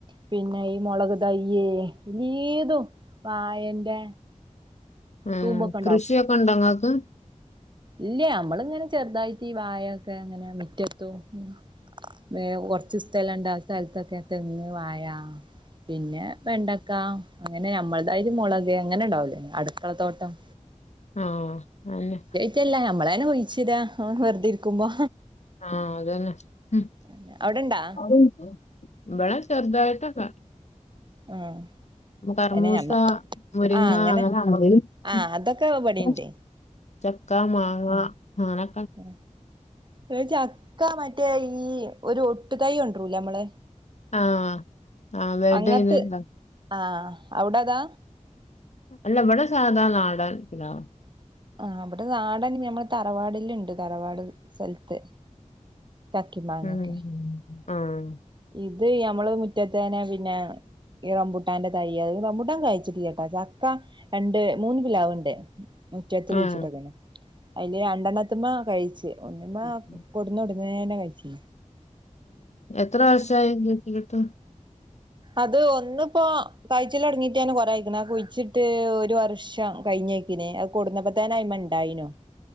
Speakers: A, on the right (about 35°); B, on the left (about 60°).
A: പിന്നെ ഈ മൊളക് തയ്യ് എല്ലേതും വായന്റെ
B: ഉം
A: തൂമ്പൊക്കെ
B: കൃഷിയൊക്കെ ണ്ടോ ങ്ങക്ക്?
A: ഇല്ല്യ അമ്മള് ങ്ങനെ ചെറ്തായിട്ട് ഈ വായ ക്കങ്ങനെ മിറ്റത്തും. ഉം വേ കൊർച്ച് സ്ഥലണ്ട് ആ സ്ഥൽത്തൊക്കെ തെങ്ങ്, വായാ പിന്നെ വെണ്ടക്ക അങ്ങനെ ഞമ്മൾതായിട്ട് മൊളക് അങ്ങനെണ്ടാവൂലേ അട്ക്കളത്തോട്ടം
B: ആഹ് ആന്നെ.
A: റ്റെല്ല ഞമ്മളെന്നെ കുയ്ച്ച്ടാ ആഹ് വെറ്തിര്ക്കുമ്പോ
B: ആഹ് അതെന്നെ. ഉം
A: ആന്നെ. അവടെണ്ടാ?
B: അവടെണ്ടോ? ഇബടെ ചെറ്തായിട്ടൊക്കെ.
A: ആഹ്
B: പിന്നെ കർമൂസ,
A: അയിന് ഞമ്മ
B: മുരിങ്ങ,
A: ആഹ് അങ്ങനെ
B: അങ്ങനാ <unintelligible>
A: ആഹ് അതൊക്കെ
B: ഉം
A: ഇവിടെണ്ട്
B: <unintelligible> ചക്കാ, മാങ്ങാ അങ്ങനെ
A: ഉം ഈ ചക്ക മറ്റേ ഈ ഒരു ഒട്ട് തൈയ്യൊണ്ട്രൂലമ്മളെ.
B: ആഹ് ആഹ് വെൽഡെയ്യ്ന്നെത്.
A: അങ്ങത്ത് ആഹ് അവ്ടതാ?
B: അല്ലവ്ടെ സാധാ നാടൻ ഇതാ
A: ആഹ് അവിടെ നാടൻ ഞമ്മള തറവാടിലുണ്ട് തറവാട് സ്ഥലത്തെ ചക്കി മാങ്ങക്കെ
B: ഉം ആഹ്
A: ഇത് ഞമ്മള് മുറ്റത്തേനെ പിന്നെ ഈ റംബുടാന്റെ തൈ റംബുട്ടാൻ കായിച്ചിട്ടില്ലട്ടാ ചക്ക രണ്ട് മൂന്ന് പിലാവുണ്ട് മുറ്റത്ത്
B: ആഹ്
A: കുഴിച്ചിട്ടക്കാണ് അതില് രണ്ടെണ്ണത്തുമ്മെ കഴിച്ച് ഒന്നമ്മെ
B: ഉം
A: കൊടുന്ന ഉടനേന്നെ കയ്ച്ച്
B: എത്രവർഷായി കിട്ടീട്ട്
A: അത് ഒന്നിപ്പോ കായ്ച്ചല് അടങ്ങീട്ട് തന്നെ കുറെആയിക്കണ് കുഴിച്ചിട്ട് ഒരു വർഷം കഴിഞ്ഞെ പിന്നെ അത് കൊടന്നപ്പോ തന്നെ അയ്മെണ്ടായിനു